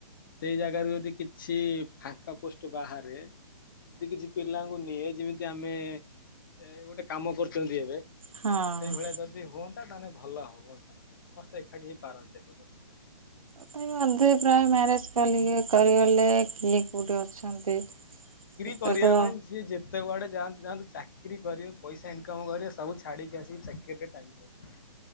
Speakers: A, on the left; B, on the right.
A: ସେଇ ଜାଗାରୁ ଯଦି କିଛି ଫାଙ୍କା ପୋଷ୍ଟ ବାହାରେ ଯଦି କିଛି ପିଲାଙ୍କୁ ନିଏ ଯେମିତି ଆମେ ଏ ଗୋଟେ କାମ କରୁଚନ୍ତି ଏବେ।
B: ହଁ
A: ସେଇଭଳିଆ ଯ ଦି ହୁଅନ୍ତା ତାହେଲେ ଭଲ ହୁଅନ୍ତା ମାନେ ସମସ୍ତେ ଏକାଠି ହେଇ ପାରନ୍ତେ ଗୋଟେ ସୁଯୋଗ।
B: ତଥାପି ଅଧେ ପ୍ରାୟ ମ୍ୟାରେଜ୍ କଲିଲେ କରିଗଲେ କିଏ କୋଉଠି ଅଛନ୍ତି।
A: ଚାକିରି
B: ସେଟା
A: କରିବା
B: ତ
A: ପାଇଁ ଯିଏ ଯେ ତେ କୁଆଡ଼େ ଯାଆନ୍ତୁ ଯାଆନ୍ତୁ ଚାକିରି କରିବେ ପଇସା ଇନକମ୍ କରିବେ ସବୁ ଛାଡ଼ିକି ଆସିକି ଚାକିରିରେ ଟାଇମ୍ ଦେବେ। ସେ